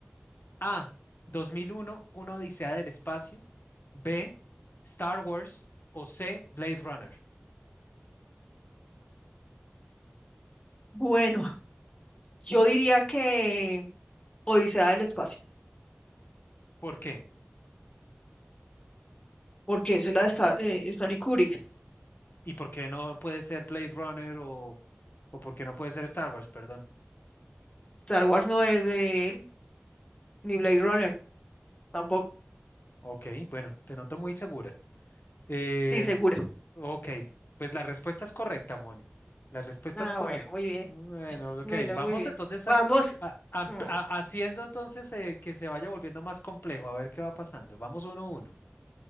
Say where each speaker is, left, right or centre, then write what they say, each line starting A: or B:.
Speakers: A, on the left; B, on the left.
A: A. 2001, una odisea del espacio. B. Star Wars. O C. Blade Runner.
B: Bueno, yo diría que Odisea del Espacio,
A: ¿Por qué?
B: porque esa es la de Sta- eh, Stanley Kubrick.
A: ¿Y por qué no puede ser Blade Runner o, o por qué no puede ser Star Wars? Perdón.
B: Star Wars no es de él, ni Blade Runner tampoco.
A: Ok, bueno, te noto muy segura. Eh,
B: Sí, segura.
A: Ok, pues la respuesta es correcta, Moni. La respuesta
B: Ah,
A: es correcta.
B: bueno, muy bien.
A: Bueno, ok,
B: Bueno,
A: vamos
B: muy bien.
A: entonces
B: Vamos.
A: a- a- a-
B: Mm,
A: a- haciendo entonces eh, que se vaya volviendo más complejo, a ver qué va pasando. Vamos uno a uno.